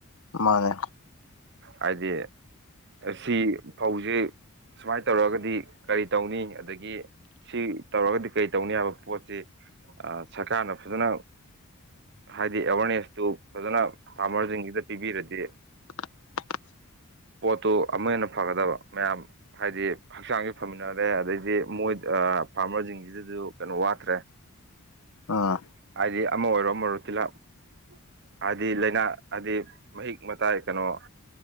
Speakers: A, on the left; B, on the right.
A: ꯃꯥꯅꯦ
B: ꯍꯥꯏꯗꯤ ꯁꯤ ꯐꯧꯖꯤ ꯁꯨꯃꯥꯏ ꯇꯧꯔꯒꯗꯤ ꯀꯔꯤ ꯇꯧꯅꯤ ꯑꯗꯒꯤ ꯁꯤ ꯇꯧꯔꯒꯗꯤ ꯀꯔꯤ ꯇꯧꯅꯤ ꯍꯥꯏꯕ ꯄꯣꯠꯁꯤ ꯑ ꯁꯔꯀꯥꯔꯅ ꯐꯖꯅ ꯍꯥꯏꯗꯤ ꯑꯦꯋꯥꯔꯅꯦꯁꯇꯨ ꯐꯖꯅ ꯐꯥꯔꯃꯔꯁꯤꯡꯁꯤꯗ ꯄꯤꯕꯤꯔꯗꯤ
A: <unintelligible>
B: ꯄꯣꯠꯇꯨ ꯑꯃꯨꯛ ꯍꯦꯟꯅ ꯐꯒꯗꯕ ꯃꯌꯥꯝ ꯍꯥꯏꯗꯤ ꯍꯛꯆꯥꯡꯁꯨ ꯐꯥꯃꯤꯟꯅꯔꯦ ꯑꯗꯩꯗꯤ ꯃꯣꯏꯗ ꯑꯥ ꯐꯥꯔꯃꯔꯁꯤꯡꯁꯤꯗꯁꯨ ꯀꯩꯅꯣ ꯋꯥꯠꯇ꯭ꯔꯦ
A: ꯑꯥ
B: ꯍꯥꯏꯗꯤ ꯑꯃ ꯑꯣꯏꯔꯣ ꯑꯃ ꯑꯣꯏꯔꯣ ꯇꯤꯜꯍꯥꯠ ꯍꯥꯏꯗꯤ ꯂꯩꯅꯥ ꯍꯥꯏꯗꯤ ꯃꯍꯤꯛ ꯃꯇꯥꯏ ꯀꯩꯅꯣ